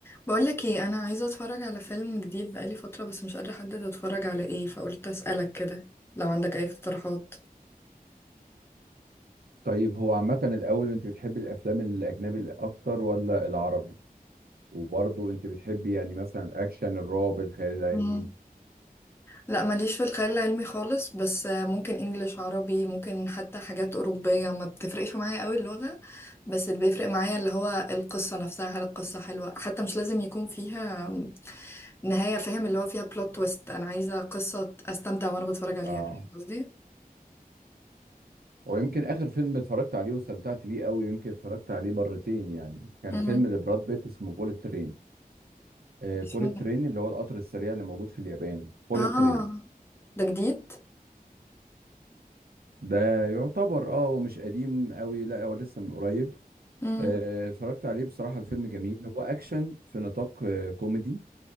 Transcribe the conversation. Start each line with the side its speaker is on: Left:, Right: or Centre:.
Left: بقولك ايه انا عايزه اتفرج على فيلم جديد بقالي فتره بس مش قادره احدد اتفرج على ايه فقلت اسالك كده لو عندك اي اقتراحات
Right: طيب هو عامة الأول أنت بتحبي الأفلام الأجنبي أكتر ولا العربي؟ وبرضه أنت بتحبي يعني مثلا الأكشن الرعب الخيال العلمي
Left: مم. لا ماليش في الخيال العلمي خالص بس آه، ممكن انجليش عربي ممكن حتى حاجات اوروبيه ما بتفرقش معايا قوي اللغه بس اللي بيفرق معايا اللي هو القصه نفسها هل القصه حلوه حتى مش لازم يكون فيها نهايه فاهم اللي هو فيها بلوت تويست انا عايزه قصه استمتع وانا بتفرج عليها
Right: اه
Left: فاهم قصدي
Right: ويمكن آخر فيلم اتفرجت عليه واستمتعت بيه قوي يمكن اتفرجت عليه مرتين يعني كان
Left: مم.
Right: فيلم لبراد بيت اسمه بوليت ترين آه بوليت
Left: اسمه
Right: ترين اللي هو القطر السريع اللي موجود في اليابان بوليت
Left: اه
Right: ترين
Left: ده جديد
Right: ده يعتبر اه هو مش قديم قوي لا هو لسه من قريب
Left: مم.
Right: آه، اتفرجت عليه بصراحة الفيلم جميل هو أكشن في نطاق آه، كوميدي